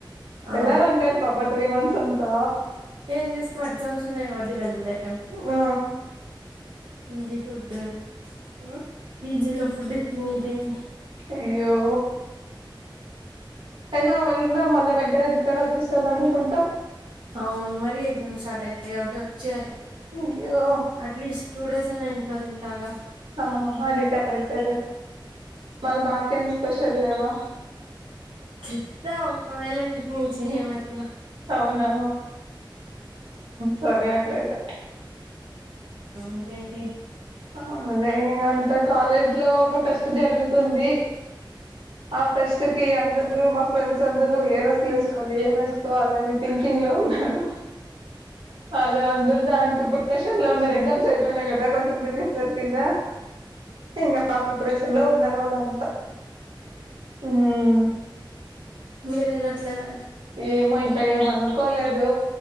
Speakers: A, on the right; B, on the right.
A: ఆ
B: ఎలా ఉండారు పాప త్రీ మంత్స్ అంతా
A: ఏం చేస్తాం ఎగ్జామ్స్ ఉన్నాయ్ వదిలి వెళ్ళలేం
B: ఆ
A: పీజీ ఫుడ్ ఆ పీజీలో ఫుడ్ తిని తిని
B: అయ్యో ఐన వెళ్న్నా మళ్ళ వెంటనే రిటర్న్ వచ్చ వెళ్ళనీకుంట
A: అవును మరి ఎగ్జామ్స్ అట్టైతే <unintelligible> వచ్చే
B: అయ్యో
A: అట్లీస్ట్ టూ డేస్ అయినా ఇంట్లో తింటాగా
B: ఆహా అది కరెక్ట్ లే మళ్ళీ మాకేం స్పెషల్ లేవా
A: చెప్తా ఒకవేళ ఇంటి నుంచి ఏమైనా
B: అవునా సరే అ లయిత
A: ఇంకేంటి
B: ఆ మళ ఇంకంతే కాలేజ్ లో ఒక ఫెస్ట్ జరుగుతుంది ఆ ఫెస్ట్ కి అందరుూ మా ఫ్రెండ్స్ అందరూ <unintelligible> అదా ఏం వేసుకోవాలిని థింకింగ్ లో ఉన్నారు అద అందరు దాని ప్రిపరేషన్ లో ఉన్నారు ఎగ్జామ్స్ ఐపోయినాయ్ కదా కొంచెం రిలీఫ్ దొరికిందా ఇంక ప్రిపరేషన్లా ఉన్నర్వాల ఇంతే మ్మ్
A: మీరేలా అట్లేగా
B: ఏమో ఇంకా ఏమి అనుకోలేదు